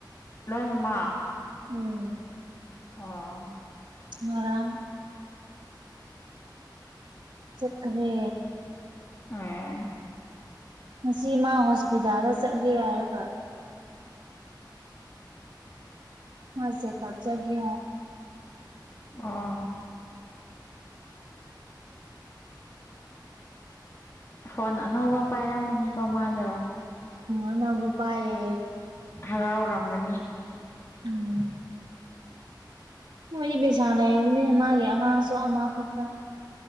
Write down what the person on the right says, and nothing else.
ꯎꯝ
ꯃꯔꯥꯡ ꯆꯠꯈꯃꯦ
ꯉꯁꯤ ꯃꯥ ꯍꯣꯁꯄꯤꯇꯥꯜꯗ ꯆꯠꯒꯦ ꯍꯥꯏꯔꯒ ꯃꯁꯦ ꯈꯔ ꯆꯒꯦ
ꯎ ꯅꯝꯕ ꯄꯑꯌꯦ
ꯎꯝ ꯃꯣꯏꯗꯤ ꯄꯩꯁꯥ ꯂꯩꯕꯅꯤꯅ ꯃꯥꯒꯤ ꯑꯉꯥꯡꯁꯨ ꯑꯃꯈꯛꯇ